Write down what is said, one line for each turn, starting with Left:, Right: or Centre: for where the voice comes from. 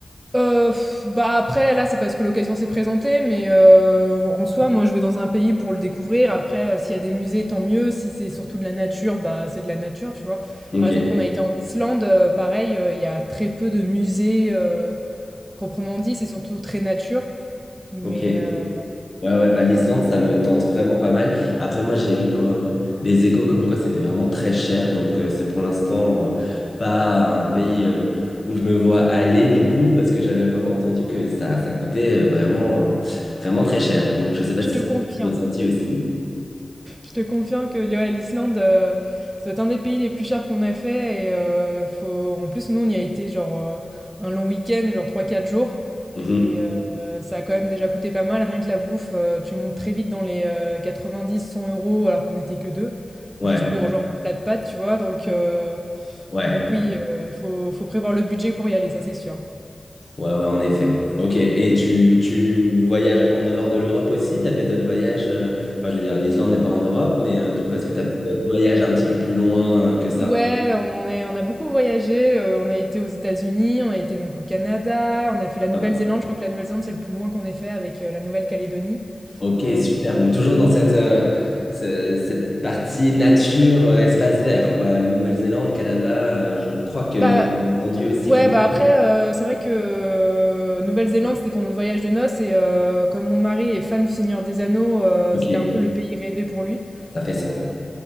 Right: Euh, pff, bah après, là, c'est parce que l'occasion s'est présentée, mais euh, en soi, moi, je vais dans un pays pour le découvrir. Après, euh, s'il y a des musées, tant mieux. Si c'est surtout de la nature, bah c'est de la nature, tu vois.
Left: Ok,
Right: Par exemple, on a été en Islande, euh, pareil, euh, il y a très peu de musées euh, proprement dit, c'est surtout très nature. Mais
Left: ok.
Right: euh,
Left: Ouais, ouais, bah l'Islande, ça me tente vraiment pas mal. Après, moi, j'ai eu euh, des échos comme quoi c'était vraiment très cher, donc euh, c'est pour l'instant euh, pas un pays euh, où je me vois aller du coup, parce que j'avais vraiment entendu que ça, ça coûtait euh, vraiment, euh, vraiment très cher. Donc je sais pas
Right: je
Left: si
Right: te
Left: c'est
Right: confirme,
Left: ressenti aussi.
Right: je te confirme que ouais, l'Islande, euh, c'est un des pays les plus chers qu'on a fait. Et euh, faut... en plus, nous, on y a été genre euh, un long week-end, genre trois quatre jours.
Left: Mhm.
Right: Et euh, ça a quand même déjà coûté pas mal, rien que la bouffe, euh, tu montes très vite dans les euh, 90-100 euros alors qu'on n'était que deux,
Left: Ouais,
Right: juste pour genre un plat de pâtes, tu vois. Donc, euh,
Left: ouais.
Right: donc oui, euh, faut, faut prévoir le budget pour y aller, ça c'est sûr.
Left: Ouais, ouais, en effet. Ok, et tu, tu voyages en dehors de l'Europe aussi? T'as fait d'autres voyages? euh, Enfin, je veux dire, l'Islande n'est pas en Europe, mais euh, du coup, est-ce que t'as fait d'autres voyages un petit peu plus loin euh, que ça?
Right: Ouais, on est, on a beaucoup voyagé, euh, on a été aux États-Unis, on a été donc au Canada, on a fait la Nouvelle-Zélande,
Left: Hop.
Right: je crois que la Nouvelle-Zélande c'est le plus loin qu'on ait fait avec euh, la Nouvelle-Calédonie.
Left: Ok,
Right: Euh,
Left: super. Donc, toujours dans cette, euh, ce- cette partie nature, euh, espace vert, quoi. Nouvelle-Zélande, Canada, euh, je crois que
Right: bah,
Left: j'ai entendu aussi
Right: Ouais,
Left: comme...
Right: bah après, euh, c'est vrai que euh, Nouvelle-Zélande, c'était pour notre voyage de noces. Et euh, comme mon mari est fan du Seigneur des Anneaux, euh,
Left: Ok,
Right: c'était un peu le pays rêvé pour lui.
Left: ça fait
Right: Euh,
Left: sens.